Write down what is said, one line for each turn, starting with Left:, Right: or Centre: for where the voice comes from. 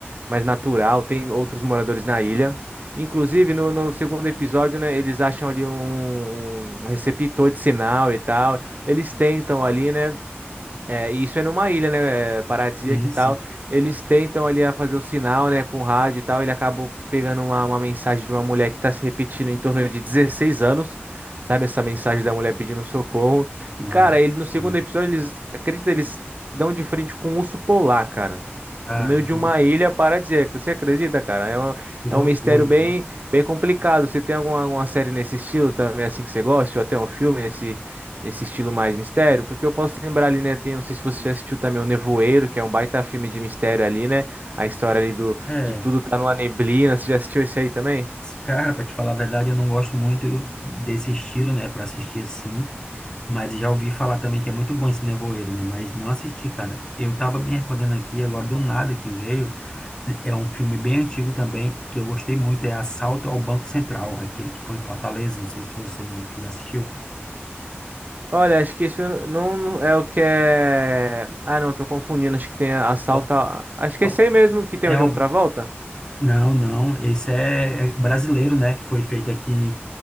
Right: mais natural. Tem outros moradores na ilha. Inclusive, no, no segundo episódio, né, eles acham ali um, um um receptor de sinal e tal. Eles tentam ali, né? É, e isso é numa ilha, né, é, paradisíaca
Left: sim,
Right: e tal.
Left: sim.
Right: Eles tentam ali a fazer o sinal, né, com o rádio e tal. Ele acaba pegando uma, uma mensagem de uma mulher que tá se repetindo em torno de 16 anos, sabe? Essa mensagem da mulher pedindo socorro. E,
Left: Ah,
Right: cara, ele
Left: sim.
Right: no segundo episódio, eles, acredita, eles dão de frente com um urso polar, cara.
Left: Caramba,
Right: No meio de uma ilha paradisíaca. Você acredita, cara? É um,
Left: que loucura,
Right: é um mistério bem,
Left: né?
Right: bem complicado. Você tem alguma, alguma série nesse estilo também, assim, que você gosta? Ou até um filme nesse nesse estilo mais mistério, porque eu posso lembrar ali, né, tem, não sei se você já assistiu também o Nevoeiro, que é um baita filme de mistério ali, né? A história ali do
Left: É,
Right: de tudo tá numa neblina, você já assistiu esse aí também?
Left: cara, pra te falar a verdade, eu não gosto muito desse estilo, né, Pra assistir assim, mas já ouvi falar também que é muito bom esse nevoeiro, né, mas não assisti, cara. Eu tava me recordando aqui agora do nada que veio, é um filme bem antigo também, que eu gostei muito, é Assalto ao Banco Central, aquele que foi em Fortaleza, não sei se você já assistiu.
Right: Olha, acho que isso não não é o que é. Ah, não, tô confundindo. Acho que tem assalto.
Left: Bom,
Right: a- Acho que
Left: bom,
Right: é esse aí mesmo que tem
Left: É
Right: o John
Left: o,
Right: Travolta.
Left: Não, não, esse é é brasileiro, né, que foi feito aqui,